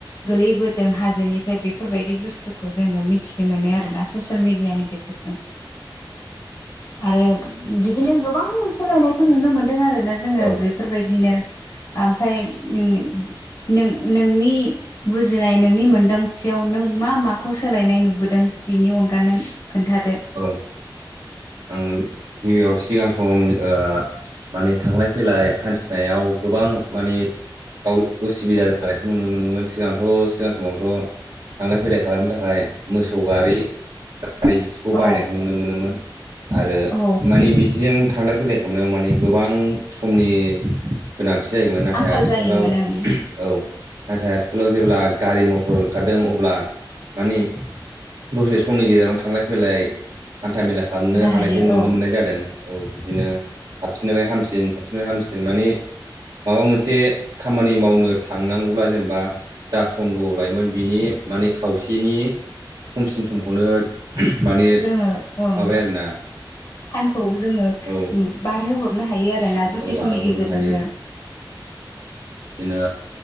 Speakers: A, on the left; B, on the right.
A: गोलैबोदों हाजोनिफ्राय बेफोरबायदि बुस्थ थुखौ जोङो मिथिनो मोनो आरोना ससियेल मिडियानि गेजेरजों। आरो बिदिनो गोबां सोलायनायखौ नुनो मोन दों आरो ना जोङो
B: औ
A: बेफोरबायदिनो ओमफाय ओम नों नोंनि बुजिनाय नोंनि मोनदांथि आव नों मा माखौ सोलायनाय नुबोदों बेनि अनगा नों खोन्थादो
B: औ आङो गिबियाव सिगां सम ओ माने थांलाय फैलाय हान्थिनायाव गोबां मानि गाव उसुबिदा जानायखौ नुनो मोनोमोन सिगांथ सिगां समावथ थांलाय फैलाय खालामनो थाखाय मोसौ गारि <unintelligible> खौ
A: औ
B: बायनायखौ नुनो मोनोमोन आरो
A: औ
B: मानि बिदिजों थांलाय फैलाय खालामनायाव माने गोबां समनि गोनां थि जायोमोन नाथाय
A: आंखाल
B: आथिखालाव
A: जायोमोन
B: औ।
A: ओं
B: नाथाय आथिखालाव जेब्ला गारि मथर ओंखारदों अब्ला माने दसे समनि गेजेरावनो थांलाय फैलाय हान्था मेला खालामनो हानायखौ
A: हायो
B: नुनो
A: औ
B: मोननाय जादों। औ बिदिनो साबसिननिफ्राय हामसिन साबसिननिफाय हामसिन मानि माबा मोनसे खामानि मावनो थांनांगौब्ला जेनबा जा सम गोबाव लायोमोन बिनि माने खावसेनि खमसिन समखौनो माने
A: जोङो ओं
B: माबाया आरोना
A: टाइमखौ जोङो
B: औ
A: बारहोहरनो हायो आ रोना दसे
B: औ बारहोहरनो
A: समनि गेजेरजोंनो।
B: हायो बिदिनो